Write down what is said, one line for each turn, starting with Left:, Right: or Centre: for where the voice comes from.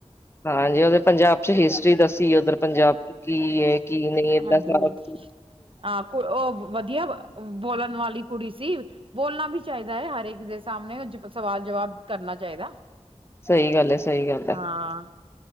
Left: ਹਾਂ, ਜੇ ਉਹਦੇ ਪੰਜਾਬ'ਚ ਹਿਸਟਰੀ ਦੱਸੀ ਏ, ਉਧਰ ਪੰਜਾਬ ਕੀ, ਏ ਕੀ ਨਹੀਂ, ਏਦਾਂ
Right: ਹਾਂਜੀ
Left: ਸਬ।
Right: ਹਾਂ। ਕੁ ਉਹ ਵਧੀਆ, ਵ ਬੋਲਣ ਵਾਲੀ ਕੁੜੀ ਸੀ। ਬੋਲਣਾ ਵੀ ਚਾਹੀਦਾ ਏ ਹਰੇਕ ਦੇ ਸਾਹਮਣੇ, ਜ ਸਵਾਲ-ਜਵਾਬ ਕਰਨਾ ਚਾਹੀਦਾ।
Left: ਸਹੀ ਗੱਲ ਏ, -ਸਹੀ ਗੱਲ ਹੈ।
Right: ਹਾਂ